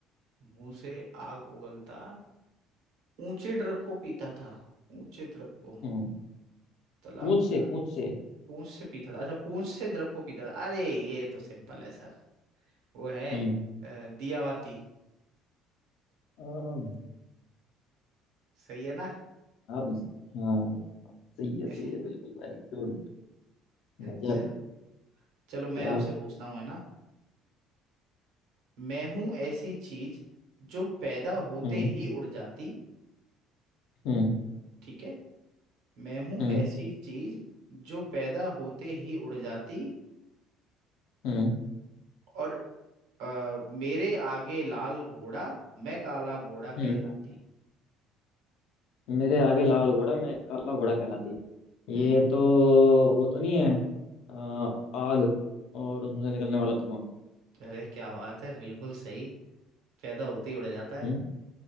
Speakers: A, on the right; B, on the left.
A: मुंह से आग उगलता ऊंचे ड्रप को पीता था ऊंचे ड्रप को
B: हम्म
A: तालाब
B: पूछ
A: किनारे,
B: से पूछ से
A: पूंछ से पीता था अच्छा पूंछ से ड्रप को पीता था अरे ये तो सिंपल है सर वो है
B: हम्म
A: अ, दियावाती
B: हाँ
A: सही है ना
B: उस- हाँ सही है
A: <laughs>
B: सही है बिल्कुल वेरी गुड गजब
A: च- चलो मैं
B: चलो
A: आपसे पूछता हूँ है ना मैं हूं ऐसी चीज जो पैदा होते
B: हम्म
A: ही उड़ जाती
B: हम्म
A: ठीक है मैं हूं
B: हम्म
A: ऐसी चीज जो पैदा होते ही उड़ जाती
B: हम्म
A: और अ, मेरे आगे लाल घोड़ा मैं काला घोड़ा कहलाती
B: हम्म मेरे आगे लाल घोड़ा मैं काला घोड़ा कहलाती ये
A: हम्म
B: तो वो तो नहीं है अ, आग और उसमें से निकलने वाला धुआं
A: अरे क्या बात है बिल्कुल सही पैदा होते ही उड़ जाता है
B: हम्म